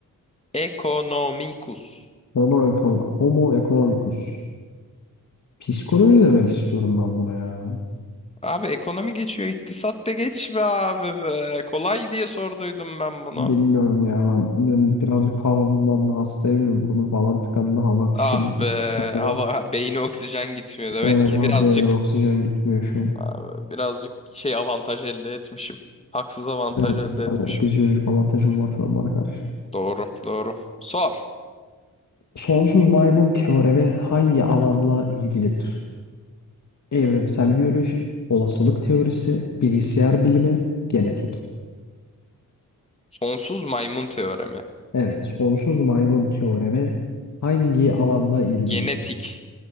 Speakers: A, on the left; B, on the left.
A: Economicus.
B: homo, homo economicus. Psikoloji demek istiyorum ben buna ya.
A: Abi ekonomi geçiyor, iktisat da geç be abi be. Kolay diye sorduydum ben bunu.
B: Bilmiyorum ya ben, ben birazcık havamdan da hastayım ya burnum falan tıkandı hava akışım
A: Ah be,
B: sıkıntılı.
A: hava beyni oksijen gitmiyor demek
B: Evet
A: ki.
B: abi
A: Birazcık
B: beyler oksijen gitmiyor şu an.
A: abi, birazcık şey avantaj elde etmişim. Haksız avantaj
B: Evet
A: elde
B: hani
A: etmişim.
B: fizyolojik avantajım var şu an bana karşı.
A: Doğru, doğru. Sor.
B: Sonsuz maymun teoremi hangi alanla ilgilidir? Evrimsel biyoloji, olasılık teorisi, bilgisayar bilimi, genetik.
A: Sonsuz maymun teoremi.
B: Evet sonsuz maymun teoremi hangi alanla ilgilidir?
A: Genetik.